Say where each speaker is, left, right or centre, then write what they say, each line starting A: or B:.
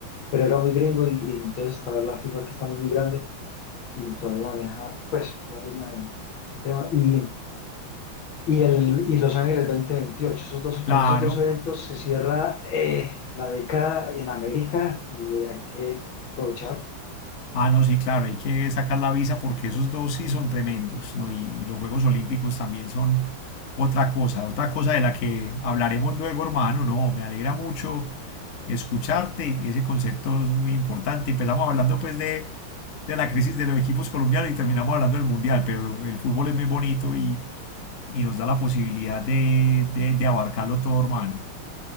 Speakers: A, on the left; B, on the left.
A: pero era muy gringo y, y entonces está la FIFA que es también muy grande y todavía maneja, pues es la dueña de, de ese tema. Y, y, el, y Los Ángeles 2028 esos dos,
B: claro.
A: con esos dos eventos se cierra eh, la década en América y hay que aprovechar.
B: Ah, no, sí, claro, hay que sacar la visa porque esos dos sí son tremendos, ¿no? Y, y los Juegos Olímpicos también son otra cosa, otra cosa de la que hablaremos luego, hermano, ¿no? Me alegra mucho escucharte, ese concepto es muy importante. Empezamos hablando pues de, de la crisis de los equipos colombianos y terminamos hablando del Mundial, pero el fútbol es muy bonito y, y nos da la posibilidad de, de, de abarcarlo todo, hermano.